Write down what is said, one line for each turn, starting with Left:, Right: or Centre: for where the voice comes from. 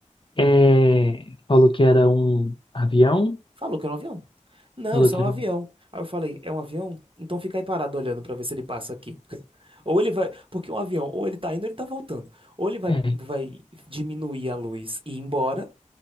Left: É, falou que era um avião.
Right: Falou que era um avião. Não,
Left: Falou
Right: isso
Left: que
Right: é um
Left: era
Right: avião.
Left: um...
Right: Aí eu falei, é um avião? Então fica aí parado olhando pra ver se ele passa aqui. <laughs> Ou ele vai, porque um avião, ou ele tá indo, ou ele tá voltando. Ou ele vai,
Left: É.
Right: vai diminuir a luz e ir embora,